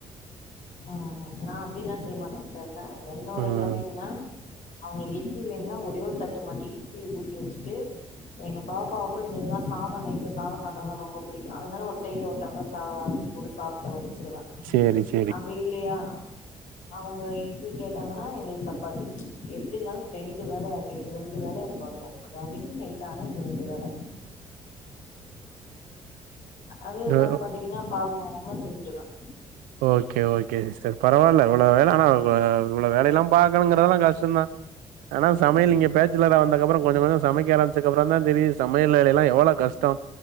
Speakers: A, on the left; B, on the right.
A: ஆ நா அப்டில்லா செய்ய மாட்ட சார் என்ன என்னோடது
B: ம்
A: பாத்தீங்கன்னா அவுங்களுக்கு இட்லி வேணுனா ஒரு ஒரே ஒரு தட்டு மட்டு இட்லி ஊத்தி வச்சுட்டு எங்க பாப்பாவுக்கு எங்களுக்குளா சாதோ நைட்ல சாதோ சாப்டாதா ரொம்ப புடிக்கு அதனால ஒரு சைடுல ஒரு டம்ளர் சா அரிசி போடு சாதத்த வடிச்சிருவ
B: சேரி சே
A: அப்டி இல்லையா அவங்க இட்லி கேட்டாங்கனா எங்களுக்கு சப்பாத்தி எப்டி இருந்தாலு ரெண்டு வேல ஆகிடு ரெண்டு வேல எனக்கு வந்துரு ஒரு அன்னைக்கு நைட் ஆனா எனக்கு ரெண்டு வேல அதே மாரி
B: அ
A: பாத்தீங்கனா பால் மாறாம செஞ்சிருவ
B: ஓகே ஓகே சிஸ்டர் பரவால்ல இவ்ளோ வேல ஆனா இவ்ளோ வேலை எல்லா பாக்கணுகறதெல்லா கஷ்டோதா
A: <inaudible>
B: ஆனா சமையல்
A: ம்
B: நீங்க பேச்சுலரா வந்தக்கப்பறோ கொஞ்சோ கொஞ்சோ சமைக்க ஆரம் ச்சக்கப்பறோ தா தெரிது சமையல் வேல எல்லா எவளோ கஷ்டோ